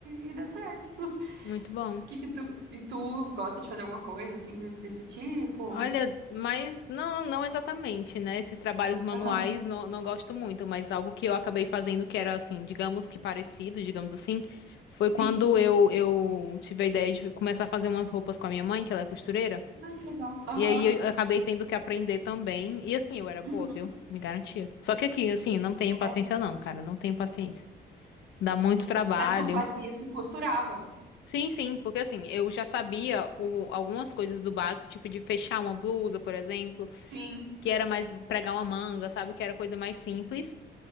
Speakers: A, on the right; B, on the left.
A: e, e deu certo. <laughs>
B: Muito bom.
A: Que que tu, e tu gosta de fazer alguma coisa, assim, de- desse tipo?
B: Olha, mas não, não exatamente, né? Esses trabalhos manuais
A: Aham.
B: não, não gosto muito, mas algo que eu acabei fazendo que era assim, digamos que parecido, digamos assim, foi quando
A: Sim.
B: eu, eu tive a ideia de começar a fazer umas roupas com a minha mãe, que ela é costureira.
A: Ai, que legal.
B: E
A: Aham.
B: aí eu acabei tendo que aprender também. E assim, eu era
A: Uhum.
B: boa, viu? Me garantia. Só que aqui, assim, não tenho
A: É.
B: paciência não, cara. Não tenho paciência. Dá muito trabalho.
A: Mas tu fazia, tu costurava.
B: Sim, sim, porque assim, eu já sabia o- algumas coisas do básico, tipo de fechar uma blusa, por exemplo,
A: Sim.
B: que era mais pregar uma manga, sabe? Que era coisa mais simples.